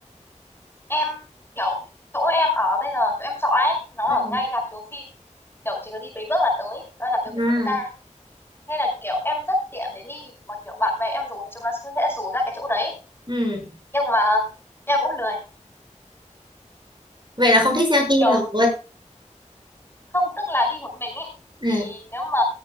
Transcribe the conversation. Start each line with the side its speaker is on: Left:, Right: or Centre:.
Left: Em kiểu chỗ em ở bây giờ, chỗ em trọ ấy, nó
Right: ừ.
Left: ở ngay rạp chiếu phim. Kiểu chỉ cần đi mấy bước là tới, đó là rạp chiếu phim
Right: À.
Left: quốc gia. Nên là kiểu em rất tiện để đi, mà kiểu bạn bè em rủ thì chúng nó sẽ dễ rủ ra cái chỗ đấy.
Right: Ừ.
Left: Nhưng mà em cũng lười,
Right: vậy là không thích xem phim
Left: kiểu
Right: rồi
Left: không tức là đi một mình ấy.
Right: ừ.
Left: Thì nếu mà